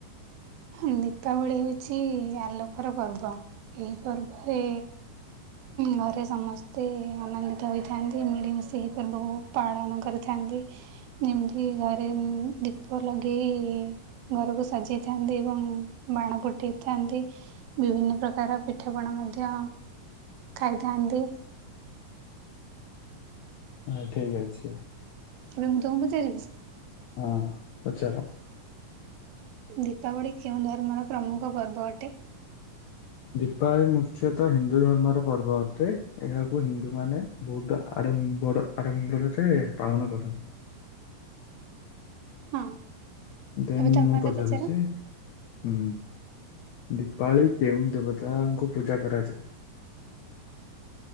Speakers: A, on the right; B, on the left.
A: ଦୀପାବଳି ହେଉଛି ଆଲୋକର ପର୍ବ। ଏହି ପର୍ବରେ ଘରେ ସମସ୍ତେ ଆନନ୍ଦିତ ହୋଇଥାନ୍ତି। ମିଳିମିଶି ଏହି ପର୍ବକୁ ପାଳନ କରିଥାନ୍ତି। ଏମିତି ଘରେ ଦୀପ ଲଗେଇ ଘରକୁ ସାଜେଇଥାନ୍ତି। ଏବଂ ବାଣ ଫୁଟେଇଥାନ୍ତି। ବିଭିନ୍ନ ପ୍ରକାର ପିଠାପଣା ମଧ୍ୟ ଖାଇଥାହାନ୍ତି।
B: ଆ ଠିକ୍ ଅଛି।
A: ଏବେ ମୁଁ ତମକୁ ପ ଫେରିବି?
B: ହଁ ପଚାର।
A: ଦୀପାବଳି କେଉଁ ଧର୍ମର ପ୍ରମୁଖ ପର୍ବ ଅଟେ?
B: ଦୀପାବଳି ମୁଖ୍ୟତଃ ହିନ୍ଦୁ ଧର୍ମର ପର୍ବ ଅଟେ। ଏହାକୁ ହିନ୍ଦୁମାନେ ବହୁତ ଆଡ଼ମ୍ବର, ଆଡମ୍ବରରେ ପାଳନ କରନ୍ତି।
A: ହଁ।
B: ଦେନ୍
A: ଏବେ ତମେ
B: ମୁଁ
A: ମୋତେ
B: ପଚାରୁଛି?
A: ପଚାର
B: ହୁଁ ଦୀପାବଳି କେଉଁ ଦେବତାଙ୍କୁ ପୂଜା କରାଯାଏ?